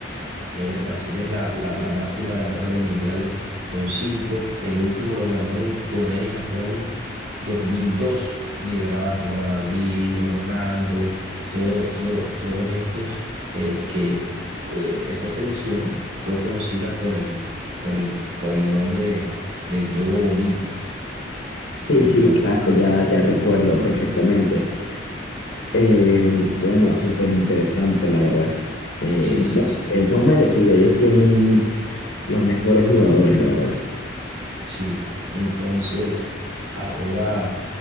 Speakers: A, on the right; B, on the left.
A: Eh, Brasil es la, la- la máxima ganadora de mundiales con cinco. El último lo ganó en Corea y Japón 2002, liderada por Ronaldinho, Ronaldo, todo, todo, todos estos eh, que eh, esa selección fue conocida por el, por el, por el nombre de- del Yogo Bonito.
B: Sí,
A: Entonces,
B: sí, claro, ya, ya recuerdo perfectamente. Eh, bueno, súper interesante, la verdad. Eh,
A: sí,
B: bueno,
A: sí, sí,
B: eh, son merecidos, ellos tienen los mejores jugadores, la verdad.
A: sí. Entonces, ahora